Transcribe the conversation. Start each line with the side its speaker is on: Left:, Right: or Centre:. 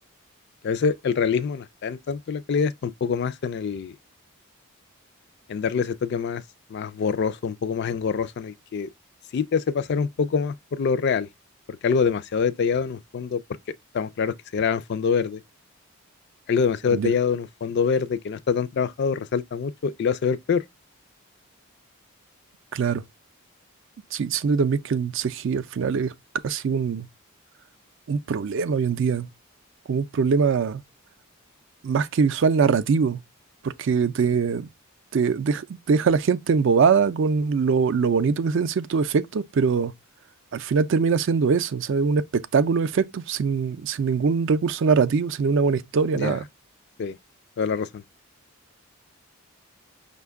Left: Que a veces el realismo no está en tanto la calidad, está un poco más en el, en darle ese toque más, más borroso, un poco más engorroso, en el que sí te hace pasar un poco más por lo real, porque algo demasiado detallado en un fondo, porque estamos claros que se graba en fondo verde, algo demasiado
Right: Ya.
Left: detallado en un fondo verde que no está tan trabajado resalta mucho y lo hace ver peor.
Right: Claro, sí, siento también que el CGI al final es casi un, un problema hoy en día, como un problema más que visual narrativo, porque te, te dej- te deja a la gente embobada con lo, lo bonito que se ven ciertos efectos, pero al final termina siendo eso, o sea, un espectáculo de efectos sin, sin ningún recurso narrativo, sin una buena historia,
Left: Ya,
Right: nada.
Left: sí, toda la razón.